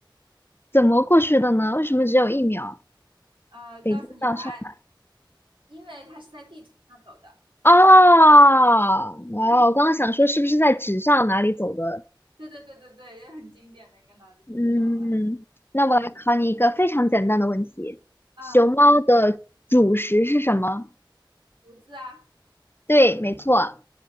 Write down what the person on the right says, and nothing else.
啊！告诉你答案，
因为它是在地图上走的，
这是很经典的一个，对对对对对，也很经典的一个脑筋急转弯。
啊，
胡子啊，